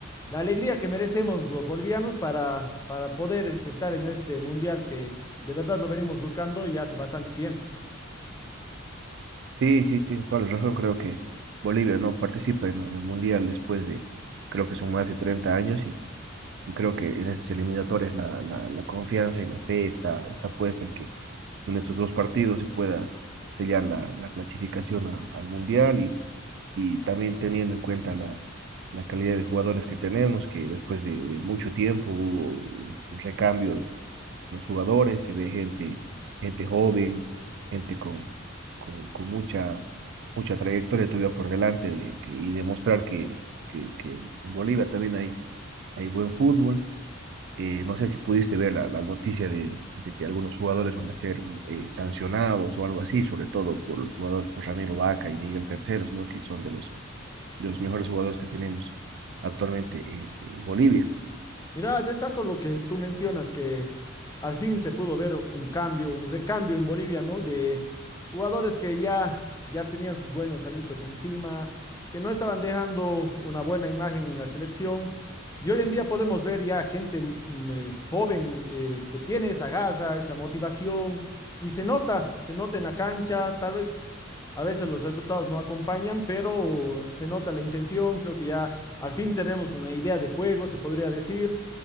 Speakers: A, on the left; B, on the right.
A: la alegría que merecemos los bolivianos para, para poder estar en este mundial que de verdad lo venimos buscando ya hace bastante tiempo.
B: Sí, sí, tienes toda la razón. Creo que Bolivia no participa en un mundial después de, creo que son más de treinta años y creo que en esas eliminatorias la, la, la confianza y la fe está, está puesta en que en estos dos partidos se pueda sellar la, la clasificación a- al mundial y, y también teniendo en cuenta la, la calidad de jugadores que tenemos, que después de, de mucho tiempo hubo un un recambio los jugadores, se ve gente, gente joven, gente con, con, con mucha, mucha trayectoria todavía por delante de- que- y demostrar que, que, que en Bolivia también hay, hay buen fútbol. Eh, no sé si pudiste ver la, la noticia de, de que algunos jugadores van a ser eh, sancionados o algo así, sobre todo por los jugadores, por Ramiro Vaca y Miguel Terceros, ¿no? Que son de los, de los mejores jugadores que tenemos actualmente eh, en Bolivia.
A: Mira, destaco lo que tú mencionas, que al fin se pudo ver un cambio, un recambio en Bolivia, ¿no? De jugadores que ya, ya tenían sus buenos añitos encima, que no estaban dejando una buena imagen en la selección. Y hoy en día podemos ver ya gente mm, eh, joven eh, que tiene esa garra, esa motivación, y se nota, se nota en la cancha, tal vez a veces los resultados no acompañan, pero se nota la intención, creo que ya al fin tenemos una idea de juego, se podría decir.